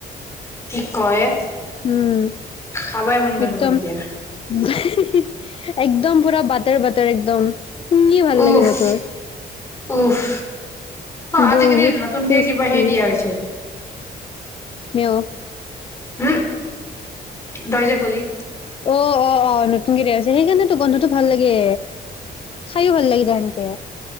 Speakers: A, on the left (about 15°); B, on the left (about 35°).
A: কি কয়
B: উম
A: খাবাই মন গ'ল
B: একদম
A: মোৰ এতিয়া।
B: হিহি হি একদম পুৰা বাটাৰ বাটাৰ একদম কি ভাল
A: উফ
B: লাগিলে তোৰ
A: উফ অ আজিকালি
B: বহুত
A: নতুনকে
B: টেষ্টি
A: কিব হে দিয়া হৈছে
B: ম <unintelligible>
A: হম, তই যে কলি।
B: অ, অ, অ, নতুনকে আছে। সেইকাৰণেতো গন্ধটো ভাল লাগে। খাইও ভাল লাগি যায় এনকে।